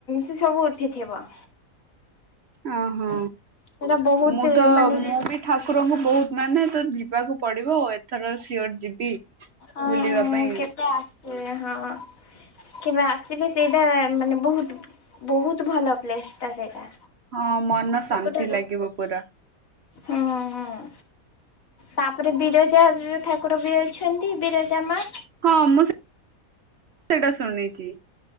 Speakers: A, on the left; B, on the right.
A: ସେ ସବୁ ଉଠିଥିବ।
B: ଓହୋ
A: ସେଟା ବହୁତ
B: ମୁଁ ତ
A: ମାନେ
B: ମୁଁ ବି ଠାକୁରଙ୍କୁ ବହୁତ ମାନେ ତ ଯିବାକୁ ପଡିବ ଆ ଏଥର ସିଓର ଯିବି।
A: ହଁ
B: ବୁଲିବା
A: ହଁ
B: ପାଇଁ।
A: କେବେ ଆସିବେ ହଁ କେବେ ଆସିବେ ସେଇଟା ମାନେ ବହୁତ ବହୁତ ଭଲ ପ୍ଲେସ ଟା ସେଇଟା।
B: ହଁ ମନ
A: ସବୁଠାରୁ
B: ଶାନ୍ତି ଲାଗିବ ପୁରା।
A: ହୁଁ ହୁଁ। ତାପରେ ବିରଜା ଠାକୁର ବି ଅଛନ୍ତି ବିରଜା ମା।
B: ହଁ ମୁଁ ସେଟା ଶୁଣିଛି।